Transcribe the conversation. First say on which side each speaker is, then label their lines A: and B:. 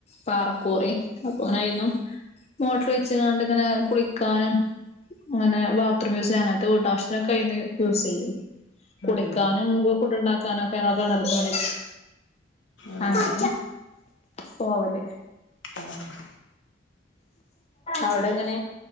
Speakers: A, on the left; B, on the left.
A: പാറക്കോറി അപ്പൊങ്ങനെ അയ്ന്നും. മോട്ടർവെച്ച്ക്കാണ്ട്ങ്ങനെ കുളിക്കാനും ഇങ്ങനാ ബാത്റൂംയൂസ് ചെയ്യാനും അങ്ങനത്തെ വീട്ട് ആശ്യത്തിനൊക്കെ യൂസ് ചെയ്യും കുടിക്കാനും
B: അതെയോ
A: ഫുഡ് ഉണ്ടാക്കാനും ഒക്കെ ഞങ്ങൾ കെണർന്ന് അടിക്
B: അതെ
A: ആഹ് പോവല്
B: ആഹ്
A: അവിടെങ്ങനെ?